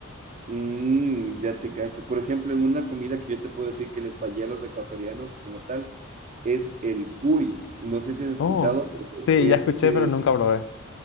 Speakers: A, on the right; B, on the left.
A: Mm, ya te cacho. Por ejemplo, en una comida que yo te puedo decir que les fallé a los ecuatorianos como tal, es el cuy. No sé si has escuchado,
B: Oh,
A: pero
B: sí,
A: este
B: ya escuché, pero nunca probé.